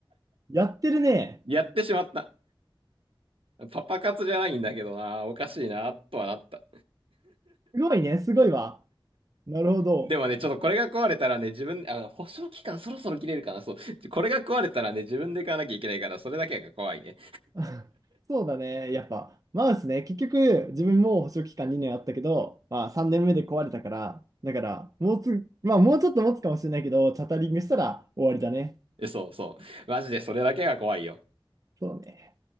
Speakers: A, on the right; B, on the right.
A: やってるね。
B: やってしまった。パパ活じゃないんだけどな、おかしいな、とはなった。
A: すごいね、すごいわ。なるほど。
B: でもね、ちょっとこれが壊れたらね、自分、あ、保証期間そろそろ切れるかな、そう。これが壊れたらね、自分で買わなきゃいけないから、それだけが怖いね。
A: <laughs> そうだね、やっぱ。マウスね、結局、自分も保証期間2年あったけど、まあ3年目で壊れたから、だから、もうつ、まあもうちょっと持つかもしれないけど、チャタリングしたら終わりだね。
B: えそうそう。マジでそれだけが怖いよ。
A: そうね。